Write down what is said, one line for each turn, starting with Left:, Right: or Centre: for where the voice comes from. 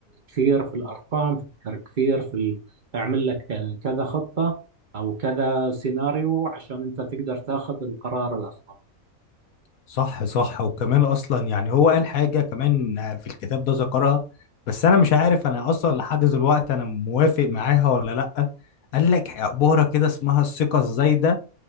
Right: كثير في الأرقام فكر كثير في ال- اعمل لك كذا خطة أو كذا سيناريو عشان أنت تقدر تاخذ القرار الأفضل
Left: صح صح وكمان اصلا يعني هو قال حاجه كمان في الكتاب ده ذكرها بس انا مش عارف انا اصلا لحد دلوقتي انا موافق معاها ولا لا قال لك عباره كده اسمها الثقه الزايده